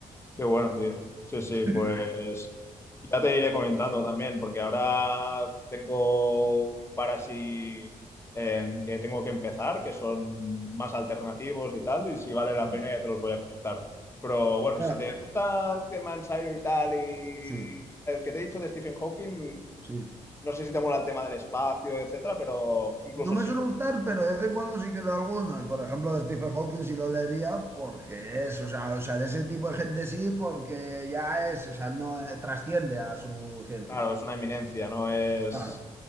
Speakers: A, on the left (about 20°); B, on the right (about 15°).
A: Qué bueno, tío. Sí, sí,
B: <laughs>
A: pues ya te iré comentando también, porque ahora tengo un par así em, que tengo que empezar, que son más alternativos y tal, y si vale la
B: Mm.
A: pena ya te los voy a comentar. Pero bueno,
B: Ah,
A: si te gusta el tema ensayo y tal, y
B: Sí,
A: el que te he dicho de Stephen Hawking,
B: sí.
A: no sé si te mola el tema del espacio, etcétera, pero incluso
B: No me
A: si
B: suele
A: no,
B: gustar, pero de vez en cuando sí que leo alguno. Y por ejemplo, de Stephen Hawking sí lo leería porque es, o sea, o sea, de ese tipo de gente sí, porque ya es, o sea, no eh, trasciende a su ciencia.
A: claro, es una eminencia, no es,
B: Claro,